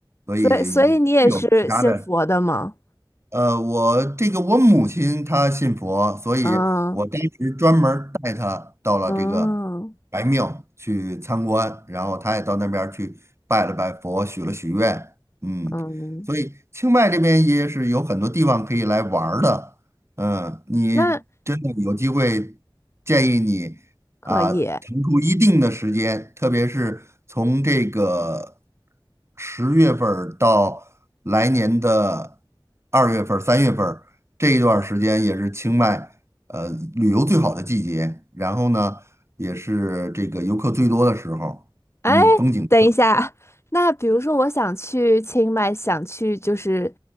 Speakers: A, on the right; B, on the left.
A: 所以有其他的。
B: 所以所以你也是信佛的吗？
A: 呃，我这个我母亲她信佛，所以我当时专门儿带她到了这个白庙去参观，
B: 嗯嗯
A: 然后她也到那边儿去拜了拜佛，许了许愿。嗯，
B: 嗯，
A: 所以清迈这边也是有很多地方可以来玩儿的。嗯，你真的有机会，
B: 那
A: 建议你。
B: 可以。
A: 啊，腾出一定的时间，特别是从这个十月份儿到来年的二月份儿、三月份儿这一段儿时间，也是清迈呃旅游最好的季节。然后呢，也是这个游客最多的时候。
B: 哎，
A: 嗯，风景最好
B: 等一下，那比如说我想去清迈，想去就是